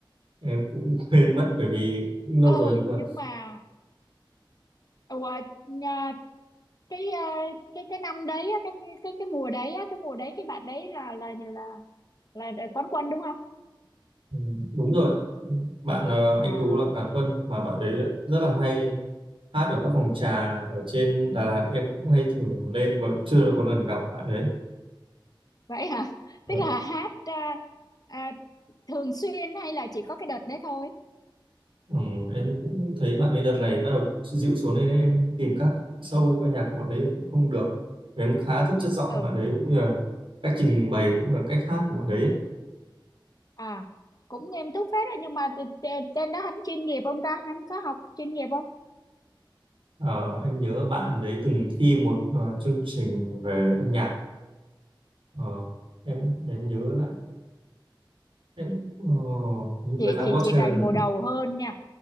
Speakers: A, on the right; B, on the left.
A: em cũng <laughs> quên mất bởi vì cũng lâu
B: ờ
A: rồi nhưng mà
B: nhưng mà ủa, nhà, cái ờ, cái cái năm đấy á, cái cái cái mùa đấy á, cái mùa đấy cái bạn đấy là là là là, là quán quân đúng không
A: ừ, đúng rồi bạn ờ, anh
B: à
A: Tú là cán quân mà bạn đấy rất là hay hát ở các phòng trà ở trên Đà Lạt em cũng hay thử lên mà chưa được một lần gặp bạn đấy
B: vậy hả
A: Vâng.
B: tức là hát à, à, thường xuyên hay là chỉ có cái đợt đấy thôi
A: ừ, em cũng thấy bạn ấy đợt này bắt đầu dịu xuống nên em tìm các show ca nhạc của bạn ấy cũng không được em khá thích chất giọng
B: Ừ
A: bạn ấy cũng như là cách trình bày cũng như là cách hát của bạn đấy
B: à cũng nghiêm túc phết đấy nhưng mà t- t- trên đó hắn chuyên nghiệp không ta hắn có học chuyên nghiệp không
A: Ờ, em nhớ bạn đấy từng thi một ờ, chương trình về âm nhạc Ờ, em để em nhớ lại em uh, Việt
B: chị
A: Nam
B: thì
A: Got
B: chị
A: Talent
B: rành mùa
A: nữa
B: đầu hơn nha